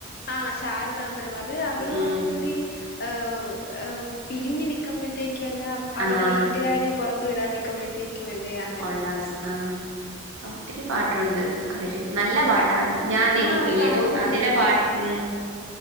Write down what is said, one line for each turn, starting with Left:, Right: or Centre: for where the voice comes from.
Left: ആ ശാരദാംബരം അത് അവളും
Right: ഉം
Left: അവനും കൂടി, ഏഹ് എമ് പിരിഞ്ഞു നിൽക്കുമ്പോഴത്തേക്കു എല്ലാം അവൾടെ
Right: ആഹ്
Left: വീട്ടുകാര് പുറത്ത്, വിടാൻനിക്കുമ്പഴത്തെക്കും അല്ലയാ,
Right: കൊള്ളാസ് ആ ഒത്തിരി പാട്ടുണ്ട് അതില് നല്ല പാട്ടാന്ന്‌. ഞാനേ
Left: ആഹ്
Right: ഏതോ
Left: കാത്തിരുന്നു
Right: അതിലെ പാ ഉം.